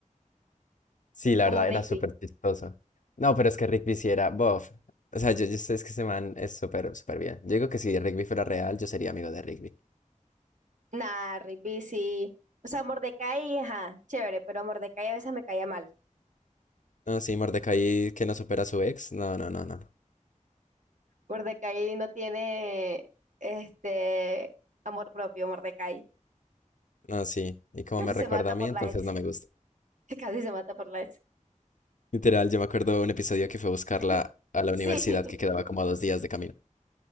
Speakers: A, on the left; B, on the right.
A: Sí, la
B: como
A: verdad,
B: Rigby.
A: era súper chistoso. No, pero es que Rigby sí era bof. O sea, yo, yo sé es que ese man es súper, súper bien. Yo digo que si Rigby fuera real, yo sería amigo de Rigby.
B: Nah, Rigby sí. O sea, Mordecai, ajá, chévere, pero Mordecai a veces me caía mal.
A: No, sí, Mordecai que no supera a su ex. No, no, no, no. No,
B: Mordecai no tiene este amor propio, Mordecai.
A: No, sí. Y como
B: Casi
A: me recuerda
B: se mata
A: a
B: por
A: mí, entonces
B: la ex.
A: no me gusta.
B: <laughs> Casi se mata por la ex.
A: Literal, yo me acuerdo un episodio que fue a buscarla
B: <laughs>
A: a la universidad
B: Sí,
A: que quedaba como a dos días de camino.